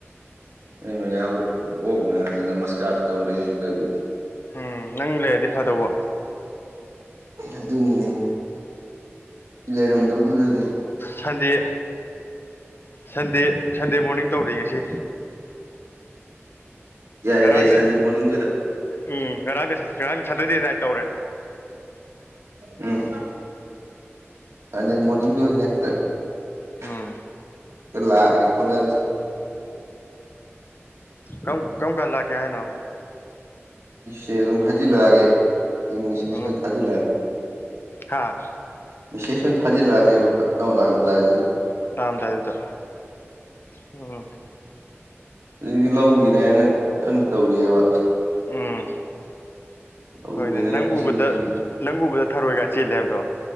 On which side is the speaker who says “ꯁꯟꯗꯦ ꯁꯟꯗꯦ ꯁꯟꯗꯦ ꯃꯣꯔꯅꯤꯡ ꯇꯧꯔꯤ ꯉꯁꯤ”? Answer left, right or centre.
Left